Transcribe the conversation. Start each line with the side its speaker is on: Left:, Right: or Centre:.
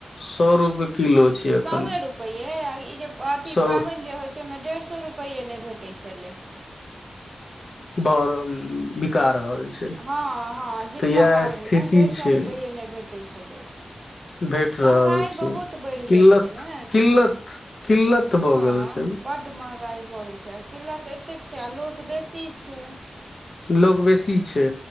Left: सौ रुपए किलो छै
Right: सए
Left: एखन
Right: रुपे ई जे अथ
Left: सौ
Right: पाबनि जे होइ बचमे डेढ़ सए रुपैये नहि भेटै छलै
Left: भर बिका रहल छै
Right: हँ हँ जितिया
Left: तऽ इएह
Right: पाबनिमे
Left: स्थिति
Right: डेढ़ सए
Left: छै
Right: रुपैे नहि भेटैत छलै
Left: भेट
Right: महगाई
Left: रहल
Right: बहुत
Left: छै
Right: बढ़ि गेल
Left: किल्लत
Right: छै ने
Left: किल्लत किल्लत भऽ
Right: हँ
Left: गेल छै
Right: बड्ड महँगाइ भऽ गेल छै आ किल्लत एतेक छै आ लोक बेसी छै
Left: लोकग बेसी छै